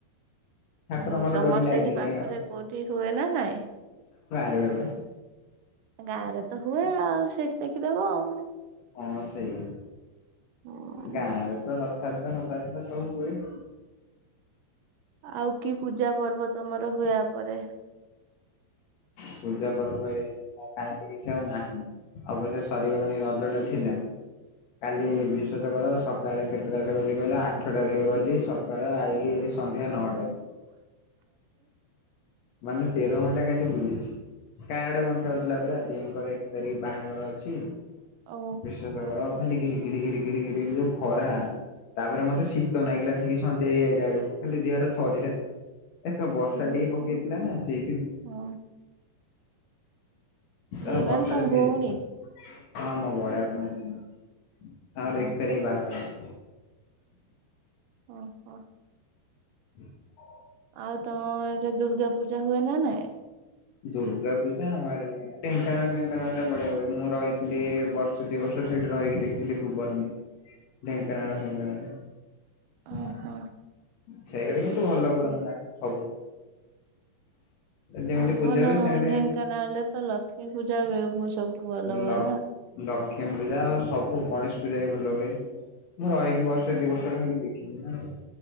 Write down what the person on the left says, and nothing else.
ଠାକୁରଙ୍କର
ଡୋରି ଲାଗିନି
ଆଉ
ହେରା
ହଁ ସେଇଆ।
ଗାଁରେ ତ ରଥଯାତ୍ରା ଫଥଯାତ୍ରା ସବୁ ହୁଏ।
ପୂଜା ପର୍ବ ଏ ଆଉ କାଇଁ ତ କିଛି ଆଉ ନାହିଁ। ଅବଶ୍ୟ ସରିଗଲାଣି ରଜଟା ଥିଲା କାଲି
ବିଶ୍ ବିଶ୍ବାସ କର ସକାଳେ କେତେଟାରେ ଗଲି କହିଲେ ଆଠଟାରେ ଗଲି ସକାଳେ ଆଇଲି ସନ୍ଧ୍ୟା ନଅଟାରେ।
ମାନେ ତେର ଘଣ୍ଟା କାଲି ଲୁଛି କାର୍ଡ ବଣ୍ଟା ହୋଉଥୁଲା ପରା ଦେଈଙ୍କର ଏକ ତାରିକି ବାହାଘର ଅଛି।
ବିଶ୍ୱାସ
କର ଖାଲି ଘିରି ଘିରି ଘିରି ଘିରି ଘିରି ଯୋଉ ଖରା। ତାପରେ ମତେ ଶୀତ ନାଗିଲା ଠିକ ସନ୍ଧ୍ୟା ହେଇ ଆଇଲା ବେଳକୁ ଖାଲି ଦେହଟା ଥରିଲା। ଏ ତ ବର୍ଷା
ଟିକେ ପକେଇଥିଲା ନା ସେଇଥି
ତମେ
ବର୍ଷାରେ
ଭିଜ
ହଁ ମୋ ବଡବାପାଙ୍କ ଝିଅ ତାଙ୍କର
ଏକ ତାରିଖ ବାହାଘର।
<unintelligible>
ଦୁର୍ଗା ପୂଜା ଆମ ଆଡେ ନାଇ ଢେଙ୍କାନାଳ ଫେଙ୍କାନାଳରେ ବଢ଼ିଆ ହୁଏ ମୁଁ ରହି ଥିଲି ଏ ବର୍ଷେ ଦି ବର୍ଷ ସେଇଠି ରହିକି ଦେଖଥିଲି ଭୁବନରେ। ଢେଙ୍କାନଳ ସେଙ୍କାନାଳ
ସେଇଆଡେ କିନ୍ତୁ ଭଲ କରନ୍ତି ତାଙ୍କ ସବୁ। ଯେମିତି
ପୂଜା ହୁଏ ସେମିତି
ଲ
ଲକ୍ଷ୍ମୀ ପୂଜା ଆଉ ସବୁ ଗଣେଶ ପୂଜା ବି ଭଲ ହୁଏ। ମୁଁ ରହିକି ବର୍ଷେ ଦି ବର୍ଷ ରହିକି ଦେଖିଚି ନା ଆଉ।